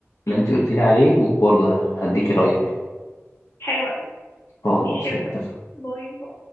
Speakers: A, on the left; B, on the left.
A: اللي انت قلت لي عليه وبرضو ه- هديكي رايي عليه
B: حلوة أوي.
A: خلاص
B: ماشي يا
A: اتفقنا
B: صبري باي باي